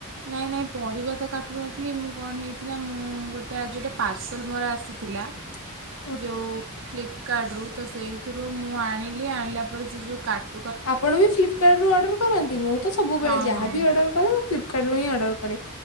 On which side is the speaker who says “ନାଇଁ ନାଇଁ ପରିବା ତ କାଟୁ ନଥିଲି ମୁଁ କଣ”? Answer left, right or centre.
Right